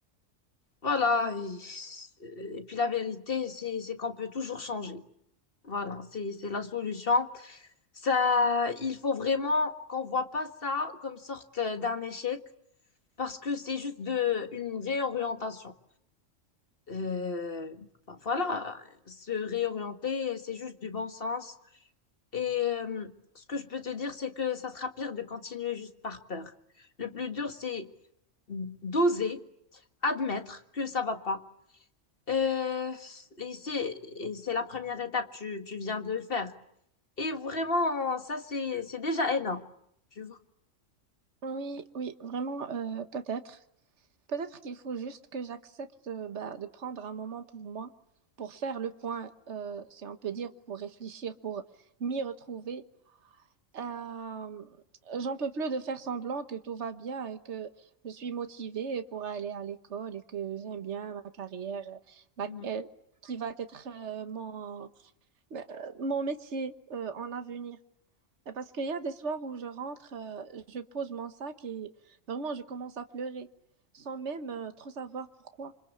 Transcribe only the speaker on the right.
Oui, oui, vraiment, euh, peut-être. Peut-être qu'il faut juste que j'accepte euh, bah, de prendre un moment pour moi, pour faire le point, euh, si on peut dire, pour réfléchir, pour m'y retrouver Euh, j'en peux plus de faire semblant que tout va bien et que je suis motivée pour aller à l'école et que j'aime bien ma carrière, euh, la-
euh, qui va être euh, mon, euh, mon métier euh, en avenir. Et Parce qu'il y a des soirs où je rentre, euh, je pose mon sac et vraiment je commence à pleurer sans même euh, trop savoir pourquoi.